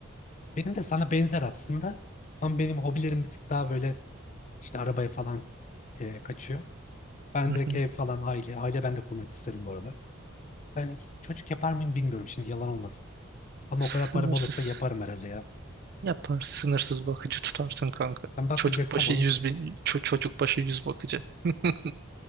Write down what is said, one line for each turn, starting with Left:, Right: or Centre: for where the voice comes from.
Left: benim de sana benzer aslında. Ama benim hobilerim bir tık daha böyle işte arabaya falan e, kaçıyor. Ben
Right: Hı
Left: direkt
Right: hı.
Left: ev falan aile. Aile ben de kurmak isterim bu arada. Ben hiç çocuk yapar mıyım bilmiyorum şimdi yalan olmasın. Ama
Right: Sınırsız.
Left: o kadar param olursa yaparım herhalde ya.
Right: Yapar. Sınırsız bakıcı tutarsın kanka.
Left: Ben bakmayacaksam
Right: Çocuk başı
Left: olur.
Right: yüz bin, ço- çocuk başı 100 bakıcı. <laughs>